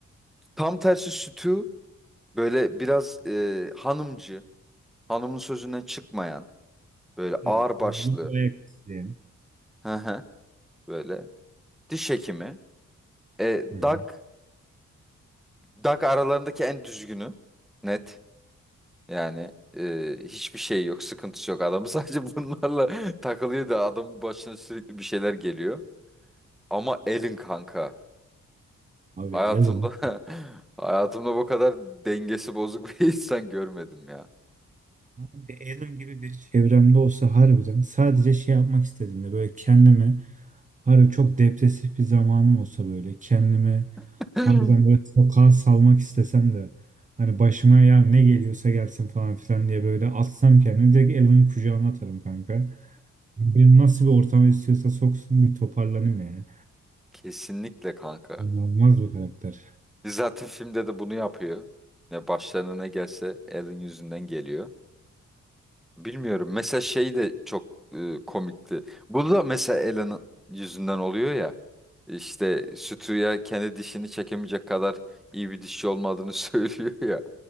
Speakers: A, in the centre; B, on the right.
A: tam tersi Stu Böyle biraz e, hanımcı, hanımın sözünden çıkmayan, böyle
B: Evet.
A: ağırbaşlı,
B: Düzgün bir ayak isteyen.
A: hı hı, böyle diş hekimi. E,
B: Hı hı.
A: Dak, Dak aralarındaki en düzgünü, net. Yani e, hiçbir şey yok, sıkıntısı yok. Adamı sadece <laughs> bunlarla takılıyor da adamın başına sürekli bir şeyler geliyor. Ama Elin kanka,
B: Abi
A: hayatımda
B: Alan.
A: <laughs> hayatımda bu kadar dengesi bozuk bir <laughs> insan görmedim ya.
B: Kanka Alan gibi biri çevremde olsa harbiden sadece şey yapmak istediğimde böyle kendimi harbi çok depresif bir zamanım olsa böyle kendimi
A: <laughs>
B: harbiden böyle sokağa salmak istesem de hani başıma ya ne geliyorsa gelsin falan filan diye böyle atsam kendimi direkt Alan'ın kucağına atarım kanka. Beni nasıl bir ortama istiyorsa soksun bir toparlanayım yani.
A: Kesinlikle kanka.
B: İnanılmaz bir karakter.
A: Zaten filmde de bunu yapıyor. Ya başlarına ne gelse Alan yüzünden geliyor. Bilmiyorum. Mesela şey de çok e, komikti. Bu da mesela Alan'ın yüzünden oluyor ya. İşte Stu'ya kendi dişini çekemeyecek kadar iyi bir dişçi olmadığını <laughs> söylüyor ya.